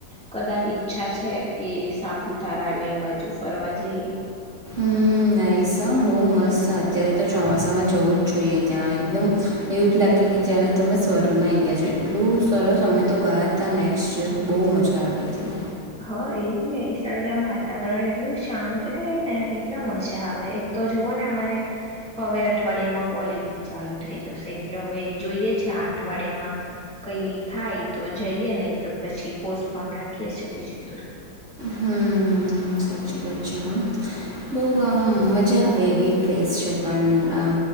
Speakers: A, in the centre; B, on the right.
A: કદાચ ઈચ્છા છે કે સાપુતારા ને બાજુ ફરવા જઈએ
B: હમ નહીસ બહુ મસ્ત છે અત્યારે તો ચોમાસામાં જવું જ જોઈએ ત્યાં એકદમ એવું જ લાગે કે જ તમે સ્વર્ગમાં આવીઈ ગયા છો એટલું સરસ અમે તો ગયા તા નેક્સ્ટ યર બહુ મજા આવી હતી
A: હા એજ ને સરલદમ વાતાવરણ એટલું શાંત ને ને એટલા મજ હવે એક તો જુવઓ ને અમારે હવે અઠવાડિયામાં કોલેજ બી ચાલુ થઈ જશે એટલે હવે જોઈએ છે અઠવાડિયામાં કઈ થાય તો જઈએ ને તો પછી પોસ્ટપોન રાખીએ છે બી જ દસ
B: હમ્મ. સાચી વાત બહુ અમ મજા આવેવી પ્લેસ છે પણ આમ